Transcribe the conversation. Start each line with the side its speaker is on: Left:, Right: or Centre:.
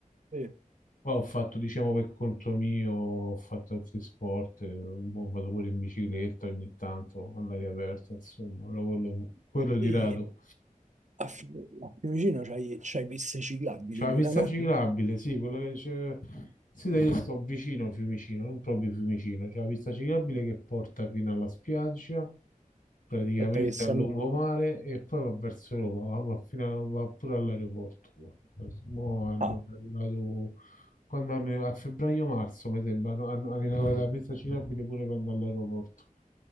Right: sì.
Left: Poi ho fatto, diciamo, per conto mio, ho fatto altri sport, eh, mo vado pure in bicicletta ogni tanto, all'aria aperta, insomma, però quello, quello di
Right: Sì,
Left: rado.
Right: a, Fi- a Fiumicino c'hai c'hai piste ciclabili
Left: C'è la
Right: pure,
Left: pista
Right: no?
Left: ciclabile,
Right: Eh,
Left: sì, quella che c'è... Sì, dai, io sto vicino a Fiumicino, non proprio Fiumicino, c'è la pista ciclabile che porta fino alla spiaggia, praticamente
Right: Aspetta che siamo...
Left: a lungomare, e poi va verso Roma, va, va fino a- va pure all'aeroporto. Mo hanno
Right: Ah,
Left: inaugurato- quando hanno- a febbraio-marzo, mi sembra, hanno, hanno hanno inaugurato la pista ciclabile pure quando all'aeroporto.